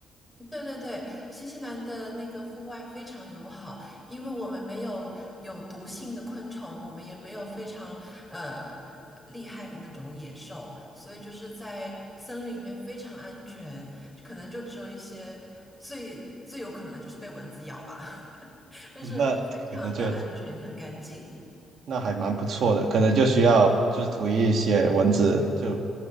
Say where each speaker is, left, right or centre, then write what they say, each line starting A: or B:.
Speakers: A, in the centre; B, on the right.
A: 对对对，新西兰的那个户外非常友好，因为我们没有有毒性的昆虫，我们也没有非常呃呃厉害的那种野兽，所以就是在森林里面非常安全，可能就只有一些最最有可能就是被蚊子咬吧，<laughs> 但是非常的安全和干净。
B: 那可能就那还蛮不错的，可能就需要就是涂一些蚊子，就